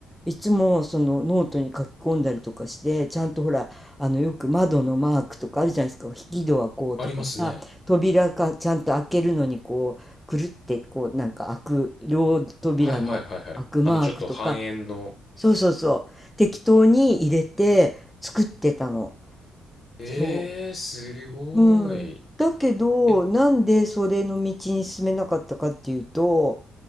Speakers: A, in the centre; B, on the left.
A: いつもそのノートに書き込んだりとかして、ちゃんとほら、あのよく窓のマークとかあるじゃないですか、引き戸はこうとかさ、
B: ありますね。
A: 扉がちゃんと開けるのにこう、くるってこうなんか開く、両扉の開くマークとか、
B: はいはいはいはい。あの、ちょっと半円の、
A: そうそうそう。適当に入れて作ってたの。
B: ええー、
A: そ
B: すごい。
A: う。うん。だけど、
B: え、
A: なんでそれの道に進めなかったかっていうと、